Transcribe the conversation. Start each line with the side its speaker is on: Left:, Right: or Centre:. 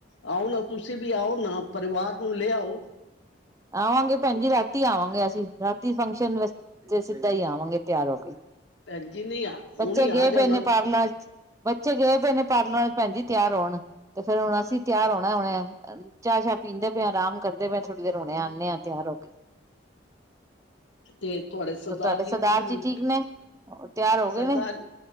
Left: ਆਓ ਨਾ ਤੁਸੀਂ ਵੀ ਆਓ ਨਾ ਪਰਿਵਾਰ ਨੂੰ ਲਿਆਓ।
Right: ਆਵਾਂਗੇ ਭੈਨ ਜੀ ਰਾਤੀ ਆਵਾਂਗੇ ਅਸੀਂ ਰਾਤੀ ਫੰਕਸ਼ਨ ਤੇ ਸਿੱਦਾ ਈ ਆਵਾਂਗੇ ਤਿਆਰ ਹੋ ਕੇ।
Left: ਭੈਣ ਜੀ ਨੇ ਹੁਣੀ
Right: ਬੱਚੇ ਗਏ
Left: ਆ ਜਾਣਾ
Right: ਪਏ ਨੇ ਪਾਰਲਰ ਚ। ਬੱਚੇ ਗਏ ਪਏ ਨੇ ਪਾਰਲਰਾਂ ਚ ਭੈਨ ਜੀ ਤਿਆਰ ਹੋਨ ਤੇ ਫੇਰ ਹੁਨ ਅਸੀਂ ਤਿਆਰ ਹੋਨਾ ਹੁਨ। ਚਾਅ ਸ਼ਾਅ ਪੀਂਦੇ ਪਏ ਆਂ ਆਰਾਮ ਕਰਦੇ ਪਏ ਥੋੜ੍ਹੀ ਦੇਰ ਹੁਨੇ ਆਂਨੇ ਆ ਤਿਆਰ ਹੋ ਕੇ।
Left: ਤੇ ਤੁਆਡੇ ਸਰਦਾਰ
Right: ਤੁਹਾਡੇ
Left: ਜੀ ਨੂੰ,
Right: ਠੀਕ ਨੇ ਤਿਆਰ ਹੋ ਗਏ
Left: ਸਰਦਾਰ
Right: ਨੇ